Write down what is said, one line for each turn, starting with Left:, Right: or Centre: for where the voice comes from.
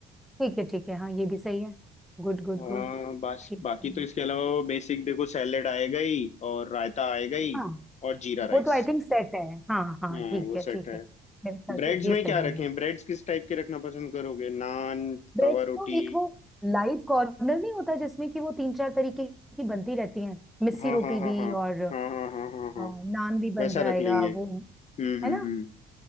Centre: ठीक है ठीक है हाँ ये भी सही है Good good
Left: आ,
Centre: good
Left: बस
Centre: ठीक
Left: बाकी
Centre: है
Left: तो इसके अलावा बेसिक देखो सैलेड आएगा ही और रायता आएगा ही
Centre: हाँ
Left: और जीरा
Centre: वो
Left: राइस
Centre: तो आई थिंक सेट है हाँ हाँ
Left: हाँ
Centre: ठीक
Left: वो
Centre: है
Left: सेट
Centre: ठीक
Left: है
Centre: है मेरे ख्याल
Left: ब्रेड्स
Centre: से ये
Left: में
Centre: सही
Left: क्या रखें
Centre: है
Left: ब्रेड्स किस टाइप के रखना पसंद करोगे नान
Centre: ब्रेड्स
Left: तवा
Centre: तो
Left: रोटी
Centre: एक वो लाइव कॉर्नर नहीं होता जिसमें कि वो तीन चार तरीके की बनती रहती हैं मिस्सी
Left: हाँ
Centre: रोटी
Left: हाँ हाँ
Centre: भी
Left: हाँ
Centre: और अ,
Left: हाँ हाँ हाँ हाँ हाँ
Centre: नान भी बन
Left: वैसा
Centre: जाएगा
Left: रख लेंगे
Centre: वो
Left: हम्म हम्म
Centre: है ना
Left: हम्म